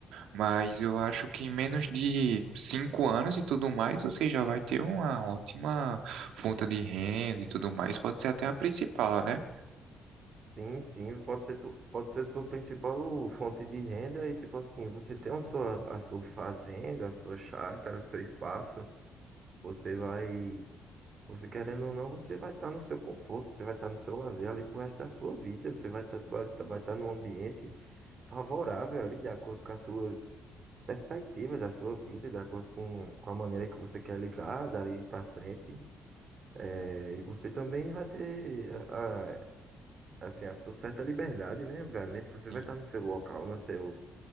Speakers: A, on the right (about 85°); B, on the right (about 45°).
A: Mas eu acho que em menos de cinco anos e tudo mais, você já vai ter uma ótima fonte de renda e tudo mais. Pode ser até a principal, né?
B: Sim, sim, pode ser, tu- pode ser sua principal fonte de renda e tipo assim, você tem a sua, a sua fazenda, a sua chácara, o seu espaço, você vai, você querendo ou não, você vai estar no seu conforto, você vai estar no seu lazer ali pro resto da sua vida, você vai estar vai, tá- vai tá num ambiente favorável ali, de acordo com as suas perspectiva da sua vida, de acordo com, com a maneira que você quer lidar dali para frente. É, e você também vai ter a, a- assim, a sua certa liberdade, né? Obviamente, você
A: Sim.
B: vai estar no seu local, no seu,